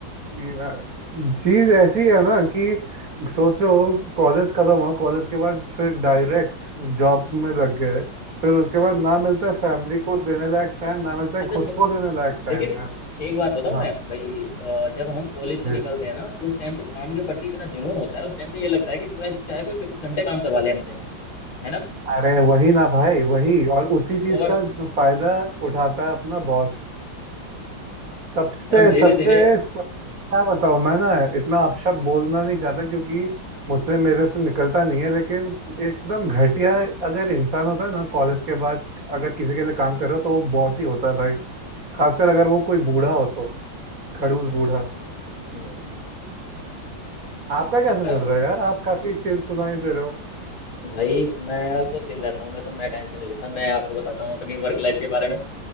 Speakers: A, on the right; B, on the left.
A: यार चीज ऐसी है ना कि सोचो कॉलेज खत्म हुआ कॉलेज के बाद फिर डायरेक्ट जॉब में लग गए फिर उसके बाद ना मिलता है फैमिली को देने लायक टाइम ना मिलता है
B: अच्छा
A: खुद
B: सुन
A: को देने लायक टाइम
B: लेकिन
A: यार
B: एक बात बताऊं
A: हाँ
B: मैं भाई अ, जब हम कॉलेज से
A: जी
B: निकलते हैं ना उस टाइम पर काम के प्रति इतना जुनून होता है उस टाइम पे ये लगता है कि पूरा चाहे कोई चौबीस घंटे काम करवा ले हमसे है ना
A: अरे वही ना भाई वही और उसी चीज
B: और
A: का फायदा उठाता है अपना बॉस सबसे
B: और धीरे
A: सबसे
B: धीरे
A: सबसे क्या बताऊं मैं ना इतना अपशब्द
B: <laughs>
A: बोलना नहीं चाहता क्योंकि मुझसे मेरे से निकलता नहीं है लेकिन एकदम घटिया अगर इंसान होता है ना कॉलेज के बाद अगर किसी के लिए काम कर रहे हो तो वो बॉस ही होता है भाई खासकर अगर
B: हम्म
A: वो कोई बूढ़ा हो तो खड़ूस बूढ़ा
B: हम्म
A: आपका
B: अच्छा
A: कैसे चल रहा है यार आप काफी चिल सुनाई दे रहे हो
B: भाई मेरा तो चिल रहता हूँ मैं तो मैं टेंशन नहीं लेता मैं आपको बताता हूँ अपनी वर्क लाइफ के बारे में